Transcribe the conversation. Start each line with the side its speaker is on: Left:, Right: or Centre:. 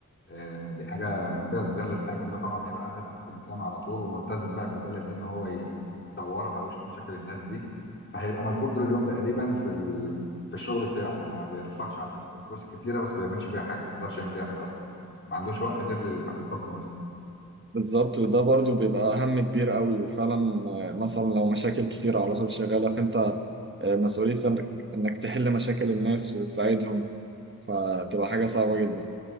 Left: آه، دي حاجة ممتازة غير الحاكم ده طبعا هيبقى قاعد في مكانه على طول وملتزم بقى بالبلد دي إن هو ي- يطورها ويشوف مشاكل الناس دي فهيبقى مشغول طول اليوم تقريبا في ال... في الشغل بتاعه ما بيرفعش عن نفسه الفلوس كتيرة بس ما بيعملش بيها حاجة ما يقدرش يعمل بيها حاجة أصلا ما عندوش وقت غير للحكم بس
Right: بالظبط وده برضو بيبقى هم كبير قوي وفعلا آه، مثلا لو مشاكل كتير على طول شغالة فانت آه، مسؤوليتك انك إنك تحل مشاكل الناس وتساعدهم فتبقى حاجة صعبة جدا